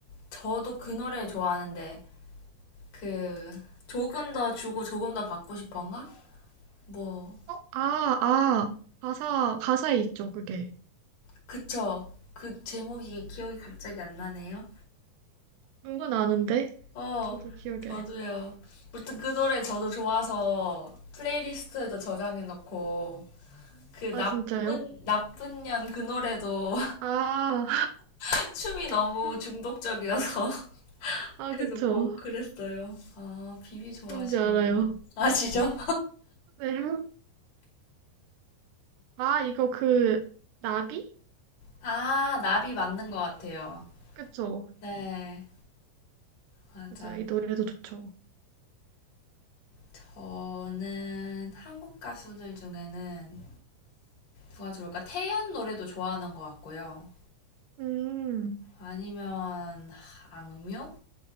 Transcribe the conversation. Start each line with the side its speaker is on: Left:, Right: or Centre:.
Left: 저도 그 노래 좋아하는데, 그, 조금 더 주고 조금 더 받고 싶은가? 뭐,
Right: 어, 아, 아. 가사, 가사에 있죠, 그게.
Left: 그쵸. 그 제목이 기억이 갑자기 안 나네요.
Right: 은근 아는데?
Left: 어,
Right: 저도 기억에.
Left: 저도요. 무튼 그 노래 저도 좋아서 플레이리스트에도 저장해놓고, 그
Right: 아,
Left: 나쁜,
Right: 진짜요?
Left: 나쁜 년 그 노래도
Right: 아,
Left: <laughs> 춤이 너무
Right: <laughs>
Left: 중독적이어서
Right: 아,
Left: <laughs> 계속
Right: 그쵸.
Left: 보고 그랬어요. 아, 비비 좋아하시는군요.
Right: 뭔지 알아요.
Left: 아시죠?
Right: 네. 아, 이거 그, 나비?
Left: 아, 나비 맞는 것 같아요.
Right: 그쵸.
Left: 네, 맞아.
Right: 맞아요. 이 노래도 좋죠.
Left: 저는 한국 가수들 중에는 누가 좋을까? 태연 노래도 좋아하는 것 같고요.
Right: 음,
Left: 아니면 악뮤?